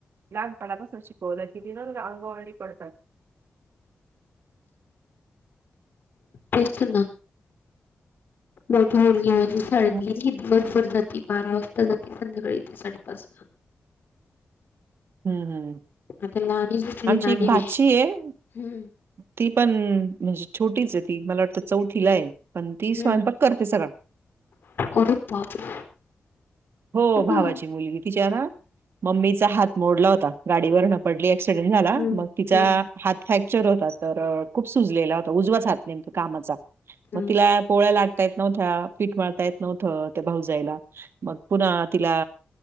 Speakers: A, on the right (about 75°); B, on the left (about 60°).
A: लहानपणापासून शिकवलं कीती ना अंगवळणी पडतात.
B: तेच ना मोठी मुलगी ती शाळेत
A: हम्म
B: कधी पण जाती दिवसभर जाते बारा वाजता जाते संध्याकाळी येते साडेपाच ला.
A: हम्म.
B: आता लहणीच दुसरीला
A: आमची एक
B: लणी
A: भाची आहे.
B: हम्म
A: ती पण म्हणजे छोटीच आहे ती मला वाटतं चौथीला आहे पण ती स्वयंपक
B: हम्म
A: करते सगळा.
B: अरे बापरे!
A: हो
B: कुठं
A: भावाची मुलगी तिच्या ना मम्मीचा हात मोडला होता गाडीवर नं. पडली एक्सिडेंट झाला
B: हम्म
A: मग तिचा
B: हम्म
A: हात फ्रॅक्चर होता तर खूप सुजलेला होता उजवाच हात नेमकी कामाचा
B: हम्म
A: मग तीला पोळ्या लाटता येत नव्हत्या पिट मळता येत नव्हतं त्या भावजईला. मग पुन्हा तिला.